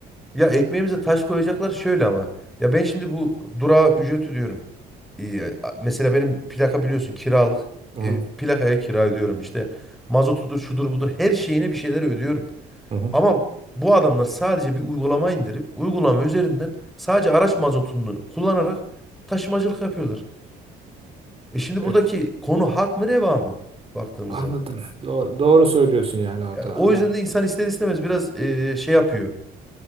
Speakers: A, in the centre; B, on the right.
A: Ya ekmeğimize taş koyacaklar şöyle ama. Ya ben şimdi bu durağa ücret ödüyorum. Ee, a- mesela benim plaka biliyorsun kiralık.
B: Hı
A: Ee, plakaya kira ödüyorum işte. Mazotudur, şudur budur. Her şeyine bir şeyler ödüyorum.
B: hı. hı.
A: Ama bu adamlar sadece bir uygulama indirip uygulama üzerinden sadece araç mazotunu kullanarak taşımacılık yapıyorlar. E şimdi buradaki
B: E,
A: konu hak mı reva mı baktığımız
B: anladım.
A: zaman?
B: Doğru, doğru söylüyorsun yani orada.
A: Ya, O
B: Hani
A: yüzden de insan ister istemez biraz e, şey yapıyor.